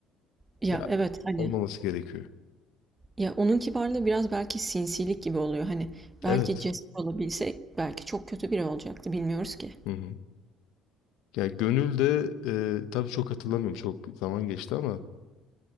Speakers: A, on the right; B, on the left.
A: Ya
B: ya
A: evet hani
B: olmaması gerekiyor.
A: ya onun kibarlığı biraz belki sinsilik gibi oluyor. Hani belki
B: Evet.
A: cesur olabilse belki çok kötü biri olacaktı bilmiyoruz ki.
B: Hı hı. Ya gönül de e, tabii çok hatırlamıyorum. Çok zaman geçti ama